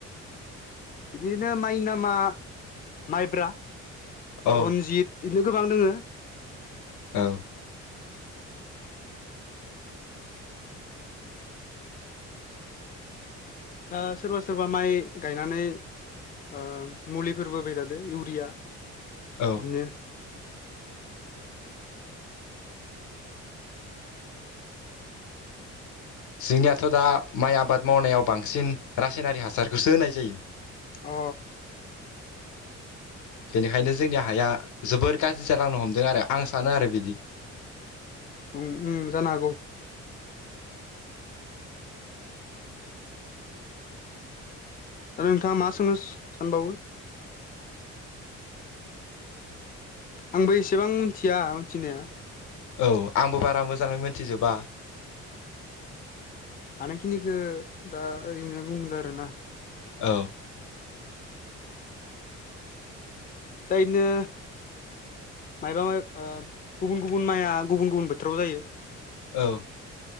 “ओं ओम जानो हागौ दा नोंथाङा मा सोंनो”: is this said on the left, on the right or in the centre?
Left